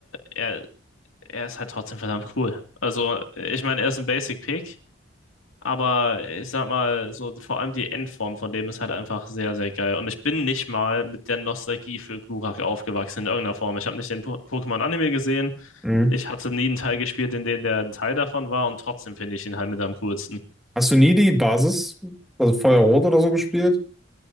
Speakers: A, on the left; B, in the centre.
A: er, er ist halt trotzdem verdammt cool. Also, ich meine, er ist ein Basic Pick, aber ich sag mal, so vor allem die Endform von dem ist halt einfach sehr, sehr geil. Und ich bin nicht mal mit der Nostalgie für Glurak aufgewachsen in irgendeiner Form. Ich habe nicht den Po- Pokémon-Anime gesehen.
B: mh.
A: Ich hatte nie einen Teil gespielt, in dem der ein Teil davon war und trotzdem finde ich ihn halt mit am coolsten.
B: Hast du nie die Basis, also Feuerrot oder so gespielt?